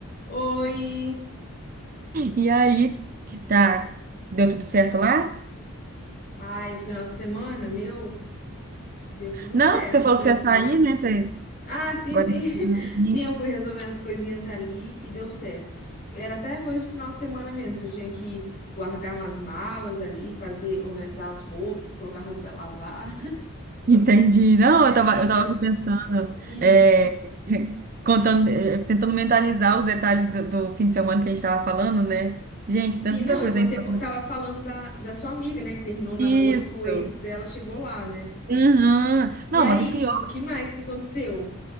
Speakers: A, on the left; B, on the right.
A: Oi!
B: E aí, que tá, deu tudo certo lá?
A: Ai, o final de semana, meu, deu tudo
B: Não,
A: certo
B: você falou
A: por
B: que
A: aqui.
B: você ia sair, né? Você
A: Ah, sim,
B: agora
A: sim. <laughs>
B: <laughs>
A: Sim, eu fui resolvendo as coisinhas ali e deu certo. Era até coisa do final de semana mesmo, que eu tinha que guardar umas malas ali, fazer, organizar as roupas, colocar roupa pra lavar.
B: entendi. Não,
A: <laughs>
B: eu tava,
A: Aí,
B: eu
A: tá.
B: tava pensando,
A: Hum.
B: é, <laughs> contando, é, tentando mentalizar os detalhes do, do fim de semana que a gente tava falando, né? Gente, tem
A: Sim,
B: tanta
A: não,
B: coisa
A: e você
B: aí. pra-
A: co- tava falando da, da sua amiga, né, que terminou o namoro
B: Isso.
A: e que o ex dela chegou lá, né?
B: Uhum.
A: E
B: Não,
A: aí,
B: mas o pior,
A: tipo, o que mais que aconteceu?